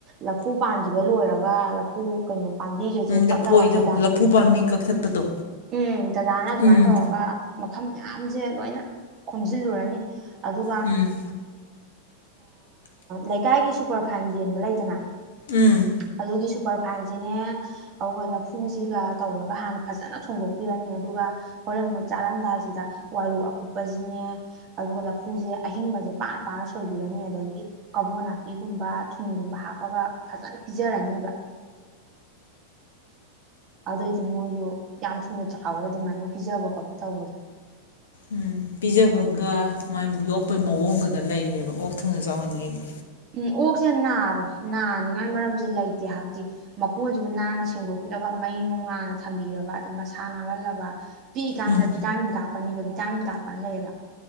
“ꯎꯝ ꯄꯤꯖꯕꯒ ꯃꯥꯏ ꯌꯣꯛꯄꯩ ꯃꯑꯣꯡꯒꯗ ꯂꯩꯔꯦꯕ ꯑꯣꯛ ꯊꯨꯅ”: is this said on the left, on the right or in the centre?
Left